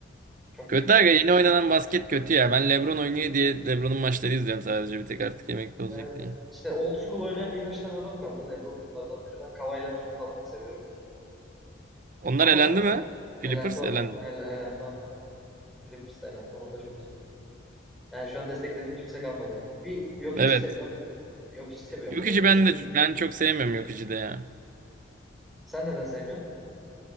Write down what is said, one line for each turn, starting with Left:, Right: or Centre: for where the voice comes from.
Centre: Çok
Right: Kötü
Centre: kötü
Right: aga
Centre: oyun.
Right: yeni oynanan basket kötü ya. Ben LeBron oynuyor diye LeBron'un maçları izliyorum sadece bir tek artık emekli olacak
Centre: Yani
Right: diye.
Centre: işte old school oynayan birkaç tane adam kaldı. LeBron bunlardan biri. Ben Kawhi Leonard'ı falan da seviyorum.
Right: Onlar
Centre: Ama
Right: elendi mi?
Centre: elendi
Right: Clippers
Centre: on.
Right: elendi.
Centre: Elendi onlar. Clippers elendi. Ona da çok üzüldüm. Yani şu an desteklediğim kimse kalmadı. Bir yok
Right: Evet.
Centre: içi seviyorum. Yok içi seviyorum
Right: Jokic'i
Centre: o da biraz.
Right: ben de ben çok sevmiyorum Jokic'i de ya.
Centre: Sen neden sevmiyorsun?